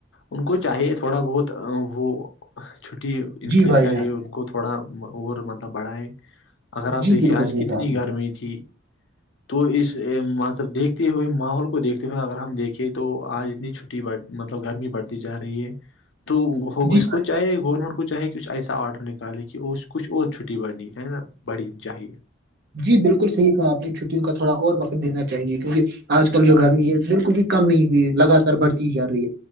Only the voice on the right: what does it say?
جی بھائی
جان
جی
بالکل
صحیح
کہا آپ نے
جی
بھائی
جی بالکل صحیح کہا آپ نے چھٹی کا تھوڑا اور وقت دینا چاہیے کیونکہ آج کل جو گرمی ہے بالکل بھی کم نہیں ہوئی ہے لگاتار بڑھتی ہی جا رہی ہے